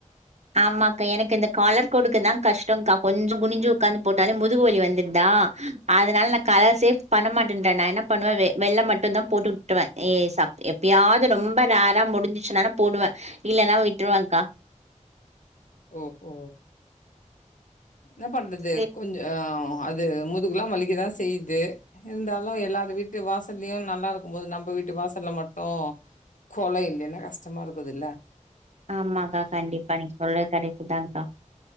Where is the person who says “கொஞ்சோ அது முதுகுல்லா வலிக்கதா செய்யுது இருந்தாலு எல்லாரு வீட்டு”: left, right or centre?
Left